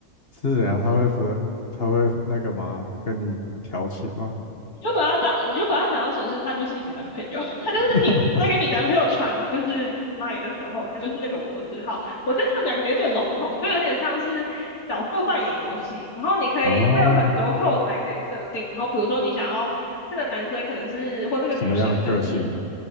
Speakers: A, on the left; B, on the left.
A: 是怎样？他会 flirt，他会那个吗？跟你调情吗？
B: 你就把他当，你就把他想象成是他就是你的男朋友，<laughs> 他就是你在跟你男朋友传就是
A: <laughs>
B: lie 的时候，他就是那个我字号。我这样讲可能有点笼统，就有点像是角色扮演游戏。然后你可以，
A: 哦，
B: 它有很多后台可以设定。然后比如说你想要这个男生可能是或这个女生可能是
A: 什么样的个性哦？